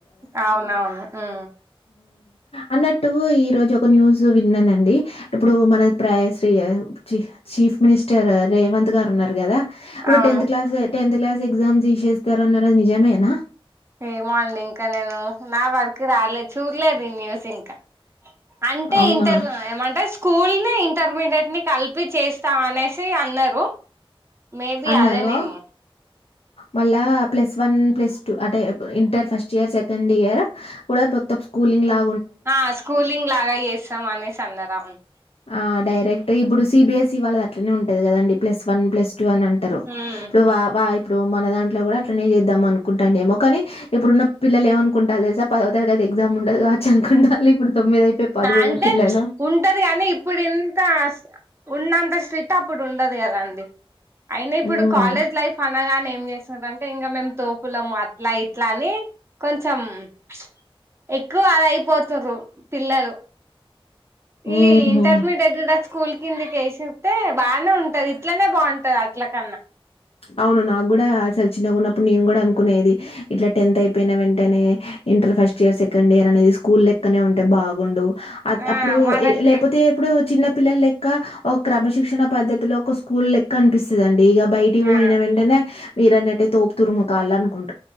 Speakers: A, on the right; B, on the left.
A: అవునవును ఉ
B: అన్నట్టూ ఈ రోజు ఒక న్యూస్ విన్నానండి ఇప్పుడు మన ప్రాయ శ్రీ ఛీ చీఫ్ మినిస్టర్ రేవంత్ గారు ఉన్నారు కదా ఇప్పుడు
A: అవును
B: టెన్త్ క్లాస్ ఏ టెన్త్ క్లాస్ ఎగ్జామ్ తిసేస్తారు అన్నరు అది నిజమేనా
A: ఏమో అండి ఇంకా నేను నా వరకు రాలేదు చూడలేదు ఈ న్యూస్ ఇంకా అంటే
B: అవునా
A: ఇంటర్ ఏమంటే స్కూల్ ని ఇంటర్మీడియట్ ని కలిపి చేస్తాం అనేసి అన్నారు మేబి
B: అన్నారు
A: అదేనేమో
B: మళ్ళా ప్లస్ వన్ ప్లస్ టూ అంటే inter first year second year కూడా మొత్తం స్కూలింగ్ లా
A: ఆ స్కూలింగ్ లాగా చేస్తాం అనేసి అన్నారు అవున్
B: ఆ డైరెక్ట్ ఇప్పుడు సిబిఎస్ఈ వాళ్ళది అట్లనే ఉంటది కదండి ప్లస్ వన్ ప్లస్ టు అని అంటారు
A: ఉమ్
B: ఇప్పుడు వా వా ఇప్పుడు మన దాంట్లో కూడా అట్నే చేద్దాం అనుకుంటాం ఏమో కానీ ఇప్పుడున్న పిల్లలు ఏమనుకుంటలు తెలుసా పదో తరగతి ఎగ్జామ్ ఉండదు కావచ్చు అనుకుంటాలు ఇప్పుడు తొమ్మిది అయిపోయి పది పోయే
A: అంటే
B: పిల్లలు
A: ఉంటది గానీ ఇప్పుడు ఇంత ఉన్నంత స్ట్రిట్ అప్పుడు ఉండదు కదాండి అయినా ఇప్పుడు
B: ఉమ్
A: కాలేజ్ లైఫ్ అ అనగానే ఏం చేస్తున్నరూ అంటే ఇంకా మేము తోపులము అట్లా ఇట్లా అని కొంచెం ప్చ్ ఎక్కువ అది అయిపోతుర్రు పిల్లలు
B: ఉహు
A: ఈ ఇంటర్మీడియట్ కద స్కూల్ కింది కేసిరు అంటె బానే ఉంటది ఇట్లనే బావుంటది అట్ల కన్నా
B: అవును నాకు కూడాసలు చిన్నగున్నప్పుడు నేను కూడా అనుకునేది ఇట్లా టెన్త్ అయిపోయిన వెంటనే inter first year second year అనేది స్కూల్ లెక్కనే ఉంటే బాగుండు అ
A: ఆ
B: అప్పుడు
A: మనకి
B: లేపోతే ఇప్పుడు చిన్న పిల్లల లెక్క ఒక క్రమ శిక్షణ పద్దతిలో ఒక స్కూల్ లెక్క అనిపిస్తాది అండి ఇక పోయిన
A: ఆ
B: వెంటనే మీరన్నట్టే తోపు తురుము కాల అనుకుంటారు